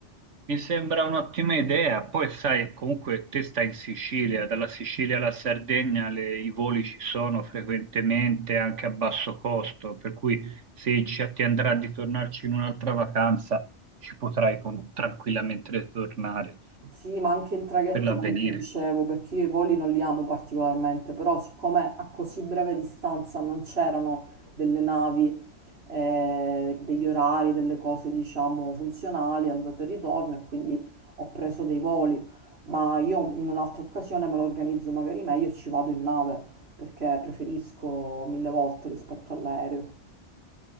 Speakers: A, on the right; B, on the right.
A: Mi sembra un'ottima idea, poi sai, comunque te stai in Sicilia, dalla Sicilia alla Sardegna le- i voli ci sono frequentemente anche a basso costo, per cui se ci- ti andrà di tornarci in un'altra vacanza ci potrai con- tranquillamente ritornare insomma,
B: Sì, ma anche in traghetto,
A: per l'avvenire.
B: come ti dicevo, perché io i voli non li amo particolarmente, però siccome a così breve distanza non c'erano delle navi, eh, degli orari, delle cose, diciamo, funzionali, andata e ritorno, e quindi ho preso dei voli, ma io in un'altra occasione me lo organizzo magari meglio e ci vado in nave, perché preferisco mille volte rispetto all'aereo.